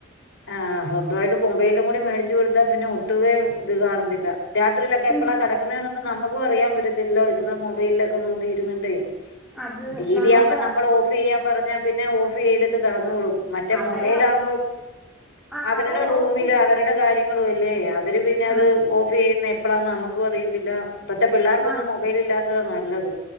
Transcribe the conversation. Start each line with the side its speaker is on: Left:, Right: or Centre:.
Left: ആഹ് സ്വന്തമായിട്ട് മൊബൈലും കൂടി മേടിച്ചു കൊടുത്താ പിന്നെ ഒട്ടുവേ ഇത് കാണത്തില്ല രാത്രിയിലൊക്കെ എപ്പളാ
Centre: ഉം
Left: <unintelligible> നമുക്കും അറയാൻ പറ്റത്തില്ലോ ഇത്ങ്ങൾ മൊബൈലിലൊക്കെ നോക്കിയിരുന്നിട്ടേ
Centre: അത്
Left: ടി
Centre: നമ്മക്ക്
Left: വി ആവുമ്പോ നമ്മള് ഓഫ് ചെയ്യാൻ പറഞ്ഞാ പിന്നെ ഓഫ് ചെയ്തിട്ട് കെടന്നോളും മറ്റേ
Centre: അവര്
Left: മൊബൈൽ ആവുമ്പൊ
Centre: ആ
Left: അവരുടെ
Centre: അവര്
Left: റൂമില്
Centre: ഓഫ്
Left: അവരുടെ ക കാര്യങ്ങളും അല്ലേ അവര് പിന്നെ
Centre: ആ
Left: അത് ഓഫ് ചെയ്യുന്നെ <unintelligible> നമുക്കു അറിയത്തില്ല ഇപ്പത്തെ പിളളാർക്കൊന്നും
Centre: ആ
Left: മൊബൈൽ ഇല്ലാത്തതാ നല്ലത്